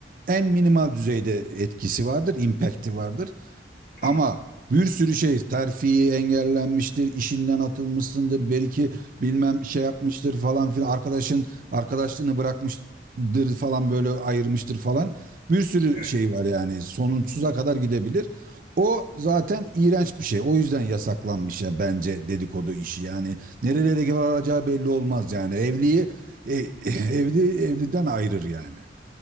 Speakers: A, on the right; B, on the left.
A: en minimal düzeyde etkisi vardır, impact'i vardır.
B: Tabii.
A: Ama bir sürü şey terfi engellenmiştir, işinden atılmışsındır, bir iki bilmem şey
B: Evet.
A: yapmıştır falan filan arkadaşın arkadaşlığını bırakmıştır falan böyle ayırmıştır falan. Bir sürü
B: evet.
A: şey var yani sonsuza kadar gidebilir. O zaten iğrenç bir şey. O yüzden yasaklanmış ya bence dedikodu işi. Yani nerelere varacağı belli olmaz yani. Evliyi e, <laughs> evli evliden ayırır yani.